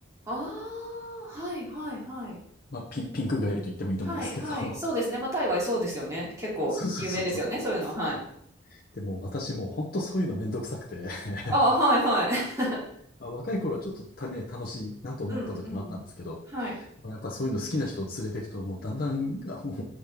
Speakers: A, on the right (about 15°); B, on the left (about 50°).
A: ああ、はいはいはい。
B: まあ、ピン、ピンク街と言ってもいいと思うんですけど。
A: はいはい。そうですね。まあ、タイはそうですよね。結構有名ですよね。
B: <laughs> そうそうそうそう。
A: そういうの。はい。
B: そうでもう私もう本当そういうのめんどくさくて <laughs>
A: ああ、はいはい。<laughs>
B: まあ、若い頃はちょっとたね、楽しいなと思った時もあったんですけど、
A: うんうん。はい。
B: まあやっぱそういうの好きな人を連れていくともうだんだん、あもう